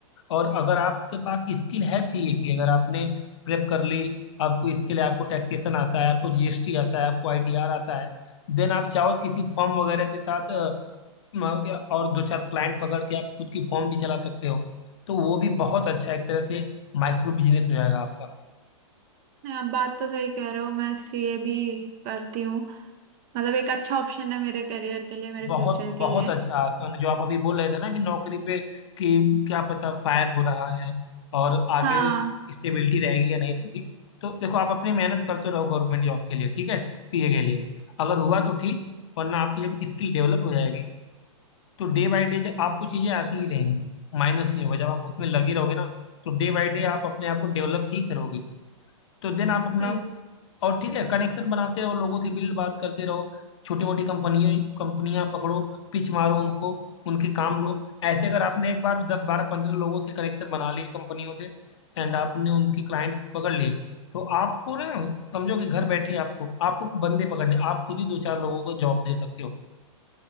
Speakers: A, on the left; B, on the right.
A: और अगर आपके पास स्किल है सीए की अगर आपने प्रेप कर ली आपको स्किल है आपको टैक्सेशन आता है आपको जीएसटी आता है आपको आईटीआर आता है देन आप चाहो तो किसी फर्म वगैरह के साथ अ, म- और दो चार क्लाइंट पकड़ के आप खुद की फर्म भी चला सकते हो तो वो भी बहुत अच्छा एक तरह से माइक्रो बिजनेस हो जाएगा आपका
B: नहीं, आप बात तो सही कह रहे हो मैं सीए भी करती हूँ मतलब एक अच्छा ऑप्शन है मेरे करियर के लिए मेरे
A: बहुत
B: फ्यूचर
A: बहुत
B: के लिए
A: अच्छा आसन है। जो आप अभी बोल रहे थे ना कि नौकरी पे कि क्या पता फायर हो रहा है और आगे
B: हाँ
A: स्टेबिलिटी रहेगी या नहीं रहेगी तो देखो आप अपनी मेहनत करते रहो गवर्नमेंट जॉब के लिए ठीक है सीए के लिए अगर हुआ तो ठीक वरना आपकी जब स्किल डेवलप हो जाएगी तो डे बाय डे जब आपको चीजें आती ही रहेंगी माइनस नहीं होगा जब आप उसमें लगे रहोगे ना तो डे बाय डे आप अपने आप को डेवलप ही करोगे तो देन आप अपना
B: सही
A: और ठीक है कनेक्शन बनाते रहो लोगों से बिल्ड बात करते रहो छोटी मोटी कंपनियों कंपनियां पकड़ो पिच मारो उनको उनके काम लो ऐसे अगर आपने एक बार दस बारह पंद्रह लोगों से कनेक्शन बना लिए कंपनियों से एंड आपने उनके क्लाइंट्स पकड़ लिए तो आपको ना समझो कि घर बैठे आपको आपको बंदे पकड़ने आप खुद ही दो चार लोगों को जॉब दे सकते हो